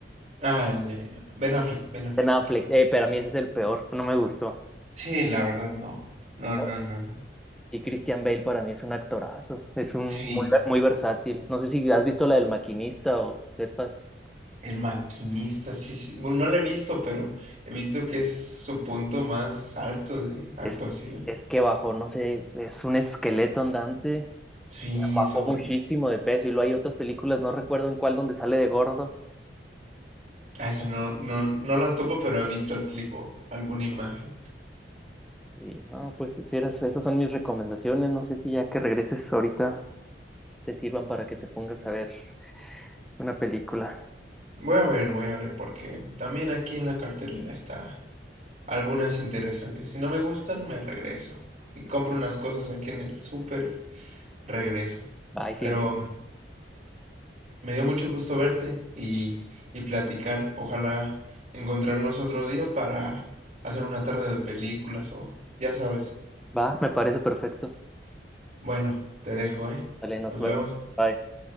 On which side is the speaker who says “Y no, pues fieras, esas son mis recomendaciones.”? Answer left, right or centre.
Centre